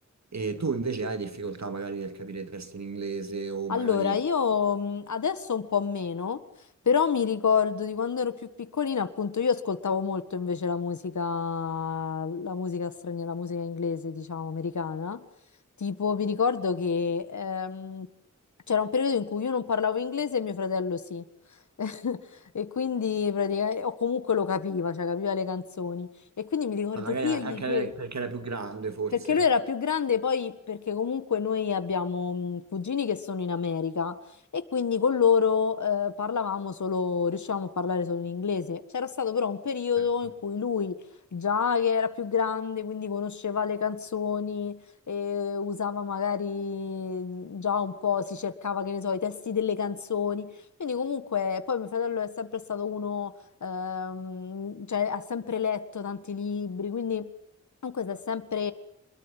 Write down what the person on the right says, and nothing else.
E tu invece hai difficoltà magari nel capire testi in inglese o
magari,
ma magari
anche
perché era più grande forse.
Ecco.